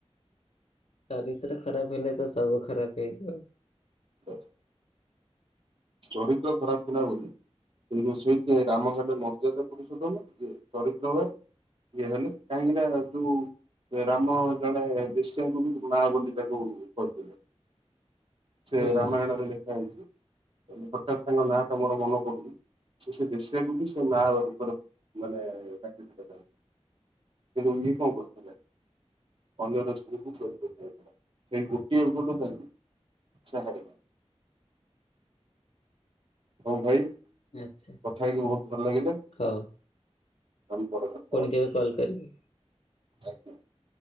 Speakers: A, on the left; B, on the right.
A: ଚରିତ୍ର ଖରାପ ହେଲେ ତ ସବୁ ଖରାପ ହେଇଯିବ ଆଉ।
B: ହ ଚରିତ୍ର ଖରାପ ଥିଲା ବୋଲି। ହୁଁ ସେଇଥିପାଇଁ ରାମ ହେଲେ ମର୍ଯ୍ୟାଦା ପୁରୁଷୋତ୍ତମ ଯେ ଚରିତ୍ର ପାଇଁ। ଇଏ ହେଲେ କାହିଁକି ନା ଯୋଉ। ସେ ରାମ ଜଣେ ବିଷ୍ଣୁ ଗୁବି ମା ବୋଲି ତାକୁ କହିଥିଲେ। ସେ
A: ହୁଁ
B: ରାମାୟଣରେ ଲେଖା ହେଇଛି ହଠାତ୍ ତାଙ୍କ ନାଁ ଟା ମୋର ମନେ ପଡୁନି। ସେ ସେ ବେଶ୍ୟାକୁ ବି ସେ ମା ରୂପରେ ମାନେ ଡାକି ଥିଲେ ତାକୁ। ସେ ରୁନି କଣ କରୁଥିଲେ। ଅନ୍ୟର ସ୍ତ୍ରୀକୁ ଚୋରି କରୁଥିଲେ ସେଇ ଗୋଟିଏ ଭୁଲ୍ ତାର। ଶାହାରେ <unintelligible> ହଉ ଭାଇ
A: ଆଚ୍ଛା
B: କଥା ହେଇକି ବହୁତ ଭଲ ଲାଗିଲା।
A: ହଉ।
B: ଆମେ ପରେ କଥ
A: ପୁଣି କେବେ କଲ୍ କରିବି।
B: ଆଜ୍ଞା